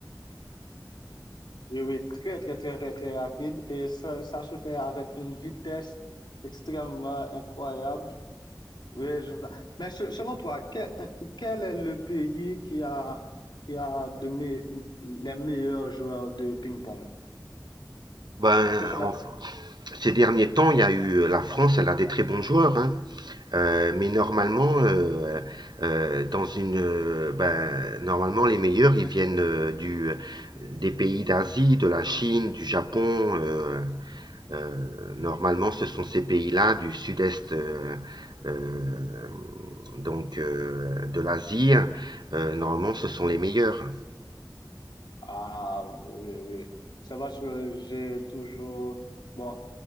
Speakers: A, on the left (about 75°); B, on the right (about 65°).
A: Oui, oui, très, très, très, très, très rapide. Et ça, ça se fait avec une vitesse extrêmement incroyable. Oui, je... Mais se- selon toi, quel, quel est le pays qui a, qui a de me- les meilleurs joueurs de ping-pong?
B: Ben,
A: Ce sont les...
B: en- ces derniers temps, il y a eu la France, elle a des très bons joueurs, hein. Euh, mais normalement, euh, euh, dans une, euh, ben, normalement les meilleurs, ils viennent euh, du, des pays d'Asie, de la Chine, du Japon. euh, euh, normalement, ce sont ces pays-là du sud-est, euh, euh, donc euh, de l'Asie. Euh, normalement, ce sont les meilleurs.
A: Ah, oui, oui. C'est parce que j'ai toujours... Bon,